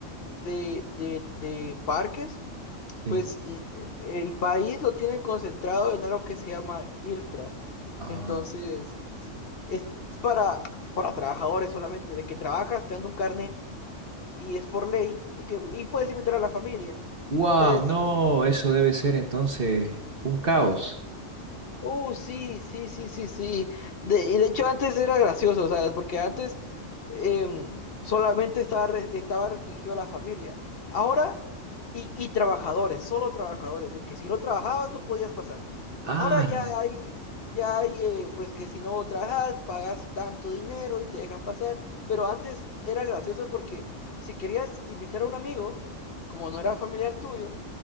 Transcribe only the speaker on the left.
de, de, de parques,
pues l- e, el país lo tiene concentrado en algo que se llama IRTRA.
Entonces, es para, para trabajadores solamente, de que trabajas, te dan un carnet y es por ley, y, que, y puedes invitar a la familia.
Entonces,
Uh, sí, sí, sí, sí, sí. De, y de hecho antes era gracioso, ¿sabes? Porque antes em, solamente estaba, re- estaba restringido a la familia. Ahora, y, y trabajadores, solo trabajadores, de que si no trabajabas no podías pasar.
Ahora ya
hay, ya hay, eh, pues que si no trabajas, pagas tanto dinero y te dejan pasar. Pero antes era gracioso porque si querías invitar a un amigo, como no era familiar tuyo,